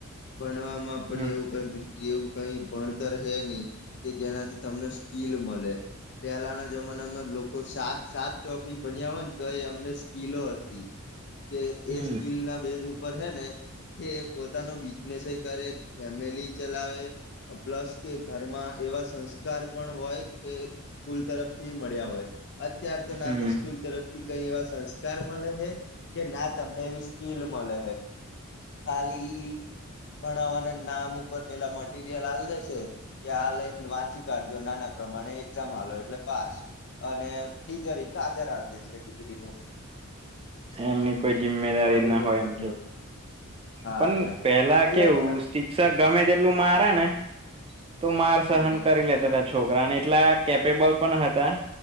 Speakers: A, on the left (about 55°); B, on the right (about 25°).
A: બનવામાં પણ
B: હમ
A: એવું કઈ એવું કઈ ભણ ર હે નહી કે જેનાથી તમને સ્કીલ મળે પહેલાના જમાનામાં કો સાત સાત ચોપડી બન્યા હોય ને તો એ અમને સ્કીલો હતી કે
B: હમ
A: એ બેઝ ઉપર હે ને કે પોતાનો બિઝનેસ કરે ફેમલી ચલાવે પ્લસ કે ઘરમાં એવા સંસ્કાર પણ હોય કે સ્કૂલ તરફથી મળ્યા હોય અત્યાર તો ના
B: હમ
A: તો સ્કૂલ તરફથી કઈ એવા સંસ્કાર મળ હ કે ના તમને એવી શલ માલા હૈ ખાલી ભણાવવાના નામ ઉપર પેલા મળ ીડિયા લાલ દશે કે આ લઈને વાંચી કાઢજો નાના પ્રમાણે એક્ઝામ એટલે પાસ અને ડિગરી કાગર હાલ દેશે ડિગ્રીનું
B: એમની કોઈ જિમ્મેદારી
A: કોલેજોમાં
B: ના હોય એમ
A: ને
B: કે
A: એવું હા
B: પણ
A: એમ
B: પેલા
A: અલ્યા
B: કેવું શિક્ષક ગમે તેટલું મારે ને <inaudible> તું માર
A: હમ
B: સહન કરી લે ત છોકરાને એટલા કેપેબલ પણ હતા